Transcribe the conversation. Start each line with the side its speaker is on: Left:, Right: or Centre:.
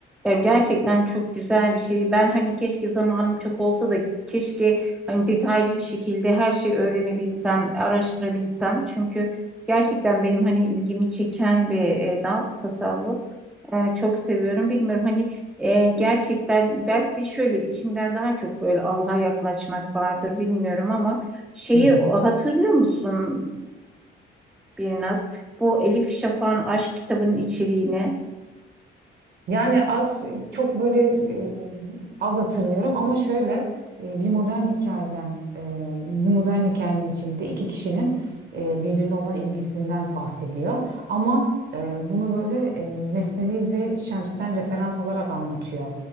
Centre: Ya gerçekten çok güzel bir şey. Ben hani keşke zamanım çok olsa da keşke hani detaylı bir şekilde her şeyi öğrenebilsem, araştırabilsem. Çünkü gerçekten benim hani ilgimi çeken bir e, dal tasavvuf. E, çok seviyorum. Bilmiyorum hani e, gerçekten belki de şöyle içimden daha çok böyle Allah'a yaklaşmak vardır bilmiyorum ama şeyi
Right: Hı hı.
Centre: hatırlıyor musun e, Birnaz? Bu Elif Şafak'ın aşk kitabının içeriğini.
Right: Yani az çok böyle e, az hatırlıyorum ama şöyle e, bir modern hikayeden e, bir modern hikayenin içinde iki kişinin e, birbirine olan ilgisinden bahsediyor. Ama e, bunu böyle e, Mesnevi ve Şems'ten referans alarak anlatıyor.